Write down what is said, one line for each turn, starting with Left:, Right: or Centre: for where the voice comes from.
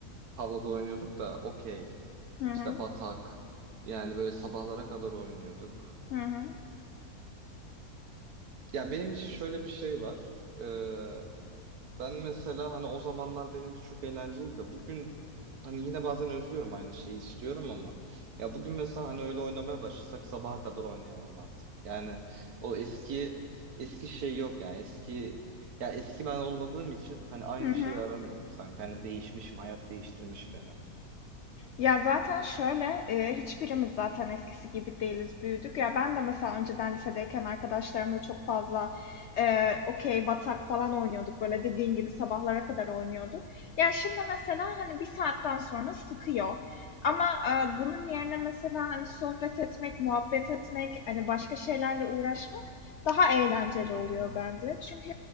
Right: tavlada oynuyorduk da okey.
Left: Hı hı.
Right: İşte batak. Yani böyle sabahlara kadar oynuyorduk.
Left: Hı hı.
Right: Ya benim için şöyle bir şey var. Ee, ben mesela hani o zamanlar benim için çok eğlenceliydi de bugün hani yine bazen özlüyorum aynı şeyi istiyorum ama ya bugün mesela hani öyle oynamaya başlasak sabaha kadar oynayamam artık. Yani o eski eski şey yok yani eski ya eski ben olmadığım için hani aynı
Left: Hı hı.
Right: şeyi aramıyorum sanki hani değişmişim hayat değiştirmiş beni.
Left: Ya, zaten şöyle, eee, hiçbirimiz zaten eskisi gibi değiliz, büyüdük. Ya, ben de mesela önceden lisedeyken arkadaşlarımla çok fazla, eee, okey, batak falan oynuyorduk. Böyle, dediğin gibi sabahlara kadar oynuyorduk. Ya, şimdi mesela, hani, bir saatten sonra sıkıyor ama, eee, bunun yerine mesela, hani, sohbet etmek, muhabbet etmek, hani, başka şeylerle uğraşmak daha eğlenceli
Right: Hı
Left: oluyor
Right: hı,
Left: bence. Çünkü